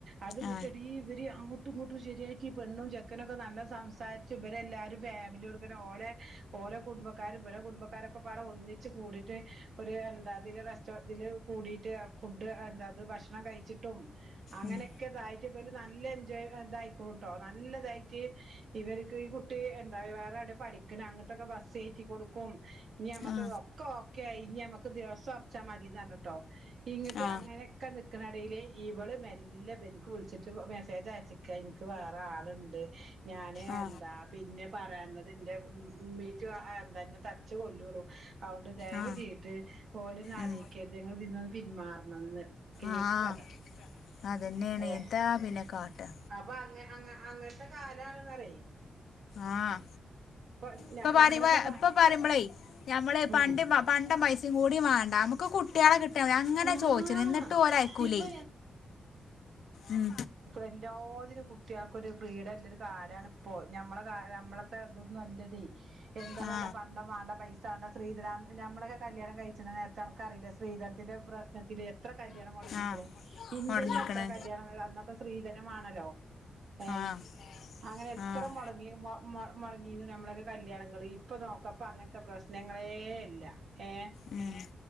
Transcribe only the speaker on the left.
ആ
ഉം
ആ
ആ
ആ
ആ
ഉം
ആഹ്
അതന്നെണ്
എന്താ അ പിന്നെ കാട്ടാ
ആഹ്
ഇപ്പൊ പറയുമോ
ഇപ്പൊ പറയുമ്പളേ ഞമ്മള് പണ്ട്
പണ്ട പൈസയും കൂടി വാണ്ട നമുക്ക് കുട്ട്യാളെ കിട്ടിയ മതി അങ്ങനെ
ചോദിച്ചു നിന്നിട്ട് ഓര് അയക്കൂലേ.
ഉം
ആ
ആ
മുടങ്ങിക്കണ്
ആ
ആഹ്
ഉം